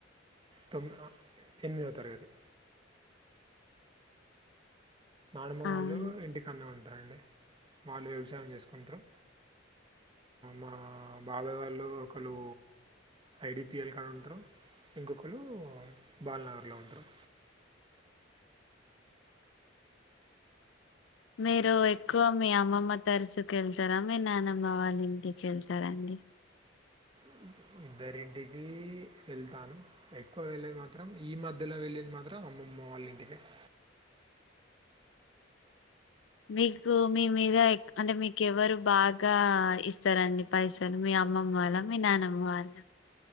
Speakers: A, on the right; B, on the left.
A: తొమ్మి ఎనిమిదవ తరగతి నానమ్మ వాళ్ళు
B: అవును
A: ఇంటికన్న ఉంటారండి వాళ్ళు వ్యవసాయం చేసుకుంటారు మా బాబాయ్ వాళ్ళు ఒకళు ఐడిపిఎల్ కాడ ఉంటారు ఇంకొకరు బాల్ నగర్లో ఉంటారు
B: మీరు ఎక్కువ మీ అమ్మమ్మ తరచూక వెళ్తారా మీ నానమ్మ వాళ్ళ ఇంటికి వెళ్తారడి అడి
A: <inaudible> ఇద్దరింటికి వెళ్తాను ఎక్కువ వెళ్ళేది మాత్రం ఈ మధ్యలో వెళ్ళేది మాత్రం అమ్మమ్ న్లైన్ టికెట్
B: మీకు మీ మీద అంటే మీకు ఎవరు బాగా ఇస్తారండి పైసలు మీ అమ్మమ్మ వాళ్ళ మీ నానమ్మ వాళ్ళ